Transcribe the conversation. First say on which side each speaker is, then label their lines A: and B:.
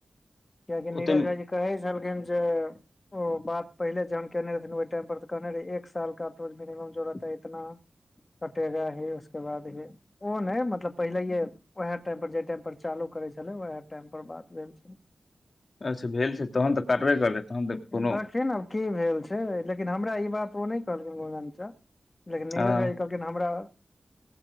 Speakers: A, on the left; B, on the left.
A: किआकि नीरज
B: ओते
A: भाईजी कहै छलखिन जे ओ बात पहिले जहन केने रहथिन ओहि टाइम पर तऽ कहने रहे एक सालके तो मिनिम जोरत है इतना कटेगा ही उसके बाद हि ओ ने मतलब पहिले ये वएह टाइम पर जे टाइम पर चालू करे छलै वएह टाइम पर बात भेल छलै
B: अच्छा भेल छै तहन तऽ काटबे करबै तहन तऽ कोनो
A: देखिन आब की भेल छै लेकिन हमरा ई बात ओ नहि कहलखिन गा लेकिन नीरज
B: हँ
A: भई कह लेकिन हमरा